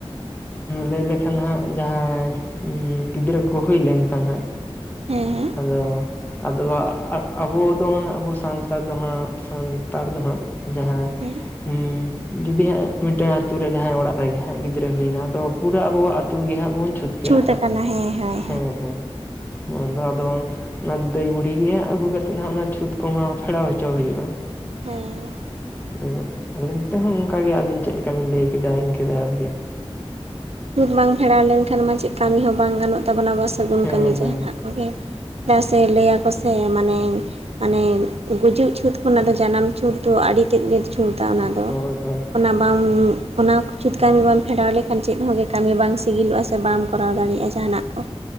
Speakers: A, on the left; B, on the right.
A: ᱞᱟᱹᱭ ᱞᱮᱠᱷᱟᱱ ᱦᱟᱸᱜ ᱡᱟᱦᱟᱸᱭ ᱜᱤᱫᱽᱨᱟᱹ ᱠᱚ ᱦᱩᱭ ᱞᱮᱱᱠᱷᱟᱱ ᱦᱟᱸᱜ,
B: ᱦᱮᱸ ᱦᱮᱸ
A: ᱟᱫᱚ ᱟᱫᱚ ᱣᱟᱜ ᱟᱵᱚ ᱫᱚ ᱦᱟᱸᱜ, ᱟᱵᱚ ᱥᱟᱱᱛᱟᱲ ᱫᱚ ᱦᱟᱸᱜ, ᱥᱟᱱᱛᱟᱲ ᱫᱚ ᱦᱟᱸᱜ ᱡᱟᱦᱟᱸ
B: ᱦᱩᱸ
A: ᱦᱩᱸ ᱡᱩᱫᱤ ᱦᱟᱸᱜ ᱢᱤᱫᱴᱟᱝ ᱟᱹᱛᱩ ᱨᱮ ᱡᱟᱦᱟᱸᱭ ᱚᱲᱟᱜ ᱨᱮᱜᱮ ᱦᱟᱸᱜ ᱜᱤᱫᱽᱨᱟᱹᱭ ᱦᱩᱭᱱᱟ, ᱟᱫᱚ ᱯᱩᱨᱟᱹ ᱟᱵᱚᱣᱟᱜ ᱟᱹᱛᱩ ᱜᱮ ᱦᱟᱸᱜ ᱵᱚᱱ ᱪᱷᱩᱛ ᱠᱟᱹᱜ
B: ᱪᱷᱩᱸᱛ
A: ᱦᱟᱸᱜ,
B: ᱟᱠᱟᱱᱟ ᱦᱮᱸ ᱦᱳᱭ
A: ᱦᱮᱸ ᱦᱮᱸ ᱱᱚᱣᱟ ᱫᱚ ᱟᱫᱚ ᱚᱱᱟ ᱫᱟᱹᱭ ᱵᱩᱰᱷᱤ ᱜᱮ ᱦᱟᱸᱜ, ᱟᱹᱜᱩ ᱠᱟᱛᱮᱫ ᱦᱟᱸᱜ ᱚᱱᱟ ᱪᱷᱩᱛ ᱠᱚᱢᱟ ᱯᱷᱮᱲᱟᱣ ᱦᱚᱪᱚ ᱦᱩᱭᱩᱜᱼᱟ᱾
B: ᱦᱩᱸ
A: ᱦᱮᱸ ᱟᱞᱤᱧ ᱛᱮᱦᱚᱸ ᱚᱱᱠᱟ ᱜᱮ ᱟᱹᱵᱤᱱ ᱪᱮᱫ ᱞᱮᱠᱟ ᱵᱤᱱ ᱞᱟᱹᱭ ᱠᱮᱫᱟ ᱤᱱᱠᱟᱹ ᱫᱷᱟᱨᱟ ᱜᱮ,
B: ᱪᱷᱩᱛ ᱵᱟᱝ ᱯᱷᱮᱨᱟᱣ ᱞᱮᱱᱠᱷᱟᱱ ᱢᱟ, ᱪᱮᱫ ᱠᱟᱹᱢᱤ ᱦᱚᱸ ᱵᱟᱝ ᱜᱟᱱᱚᱜ ᱛᱟᱵᱚᱱᱟ, ᱟᱵᱚᱣᱟ ᱥᱟᱹᱜᱩᱱ
A: ᱦᱮᱸ
B: ᱠᱟᱹᱢᱤ
A: ᱦᱮᱸ
B: ᱡᱟᱦᱟᱱᱟᱜ ᱠᱚᱜᱮ, ᱪᱮᱫᱟᱜ ᱥᱮ ᱞᱟᱹᱭᱟᱠᱚ ᱥᱮ, ᱢᱟᱱᱮ, ᱢᱟᱱᱮ ᱜᱩᱡᱩᱜ ᱪᱷᱩᱸᱛ ᱠᱷᱚᱱᱟᱜ ᱫᱚ ᱡᱟᱱᱟᱢ ᱪᱷᱩᱸᱛ ᱛᱚ ᱟᱹᱰᱤ ᱛᱮᱫ ᱜᱮ ᱪᱷᱩᱸᱛᱟ ᱚᱱᱟ ᱫᱚ,
A: ᱦᱳᱭ ᱦᱳᱭ
B: ᱚᱱᱟ ᱵᱟᱢ ᱚᱱᱟ ᱪᱷᱩᱛ ᱠᱟᱹᱢᱤ ᱵᱟᱢ ᱯᱷᱮᱰᱟᱣ ᱞᱮᱠᱷᱟᱱ ᱪᱮᱫ ᱦᱚᱸᱜᱮ ᱠᱟᱹᱢᱤ ᱵᱟᱝ, ᱥᱤᱜᱤᱞᱚᱜᱼᱟ ᱥᱮ ᱵᱟᱢ ᱠᱚᱨᱟᱣ ᱫᱟᱲᱮᱭᱟᱜᱼᱟ ᱡᱟᱦᱟᱱᱟᱜ ᱠᱚ᱾